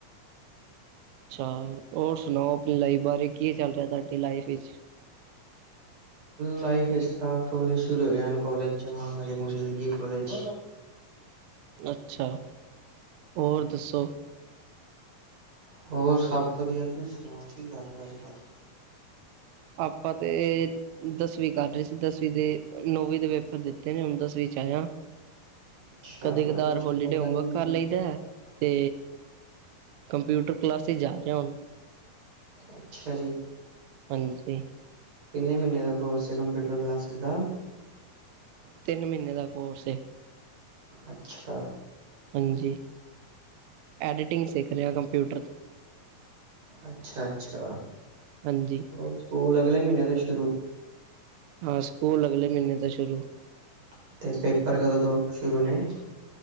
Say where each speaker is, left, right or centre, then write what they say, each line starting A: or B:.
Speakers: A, on the right; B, on the right.
A: ਅੱਛਾ ਹੋਰ ਸੁਣਾਓ ਆਪਣੀ ਲਾਈਫ ਬਾਰੇ ਕੀ ਚੱਲ ਰਿਹਾ ਤੁਹਾਡੀ ਲਾਈਫ ਵਿਚ? ਹਾਂ <inaudible>
B: ਨਹੀਂ ਫਿਰ ਤਾਂ ਕਾਲਜ ਸ਼ੁਰੂ ਹੋ ਜਾਣ ਤੇ ਜਾਵਾਂ ਕਾਲਜ ਮਾਝੇ ਮੁਝੇ ਲੇਵਾ ਕਾਲਜ
A: ਅੱਛਾ ਹੋਰ ਦੱਸੋ
B: ਹੋਰ ਸਭ ਵਧੀਆ ਤੁਸੀਂ ਸੁਣਾਓ ਕਿ ਕਰ ਰਹੇ ਹੋ ਅੱਜ- ਕੱਲ?
A: ਆਪਾਂ ਤੇ ਦਸਵੀਂ ਕਰ ਰਹੇ ਸੀ। ਦਸਵੀਂ ਦੇ ਨੌਵੀਂ ਦੇ ਪੇਪਰ ਦਿੱਤੇ ਨੇ ਹੁਣ ਦਸਵੀਂ ਚਾਹਆ
B: ਅੱਛਾ
A: ਕਦੇ
B: ਤੁਹਾਡੀਆਂ
A: -ਕਦਾਰ
B: ਛੁੱਟੀਆਂ
A: ਹੋਲੀਡੇ
B: ਚੱਲਦੀਆਂ
A: ਹੋਮਵਰਕ ਕਰ
B: ਨੇ
A: ਲਈਦਾ ਤੇ ਕੰਪਿਊਟਰ ਕਲਾਸਿਸ ਜਾ ਰਿਹਾ ਹੁਣ।
B: ਅੱਛਾ ਜੀ
A: ਹਾਂਜੀ
B: ਕਿੰਨੇ ਮਹੀਨੇ ਦਾ ਕੋਰਸ ਹੈ ਕੰਪਿਊਟਰ ਕਲਾਸਿਸ ਦਾ?
A: ਤਿੰਨ ਮਹੀਨੇ ਦਾ ਕੋਰਸ ਹੈ।
B: ਅੱਛਾ
A: ਹਾਂਜੀ, ਐਡਿਟਿੰਗ ਸਿੱਖ ਰਿਹਾ ਕੰਪਿਊਟਰ ਤੇ
B: ਅੱਛਾ- ਅੱਛਾ,
A: ਹਾਂਜੀ
B: ਹੋਰ ਸਕੂਲ ਅਗਲੇ ਮਹੀਨੇ ਤੋਂ ਸ਼ੁਰੂ
A: ਹਾਂ, ਸਕੂਲ ਅਗਲੇ ਮਹੀਨੇ ਤੋਂ ਸ਼ੁਰੂ
B: ਅਤੇ ਪੇਪਰ ਕਦੋਂ ਤੋਂ ਸ਼ੁਰੂ ਨੇ?